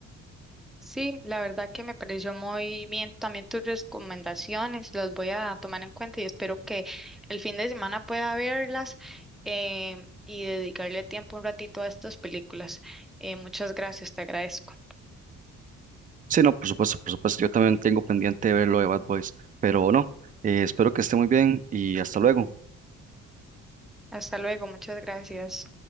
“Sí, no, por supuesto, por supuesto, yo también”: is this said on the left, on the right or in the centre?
Right